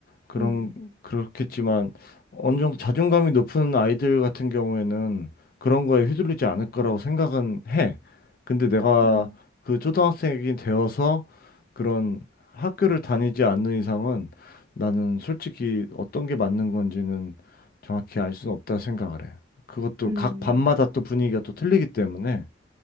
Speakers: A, on the left; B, on the right.
A: 그런
B: 음.
A: 그렇겠지만 어느 정도 자존감이 높은 아이들 같은 경우에는 그런 거에 휘둘리지 않을 거라고 생각은 해. 근데 내가
B: 음.
A: 그 초등학생이 되어서 그런 학교를 다니지 않는 이상은 나는 솔직히 어떤 게 맞는 건지는 정확히 알 수는 없다 생각을 해. 그것도
B: 음.
A: 각 반마다 또 분위기가 또 틀리기 때문에